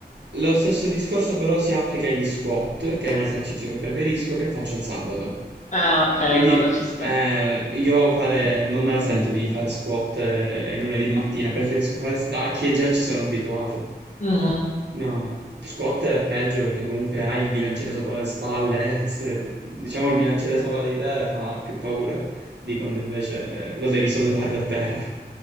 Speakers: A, on the right; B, on the left.
A: Lo stesso discorso però si applica agli squat, che è un esercizio che preferisco, che faccio il sabato.
B: Ah, ok, allora
A: Quindi
B: ci sta.
A: eh, io fare, non me la sento di fare squat eh, il lunedì mattina, preferisco fare stacchi e già ci sono abituato.
B: Mhm.
A: No, squat è peggio perché comunque hai il bilanciere sopra le spalle, <laughs> e se- diciamo il bilanciere sopra di te fa più paura di quando invece lo devi sollevare da terra.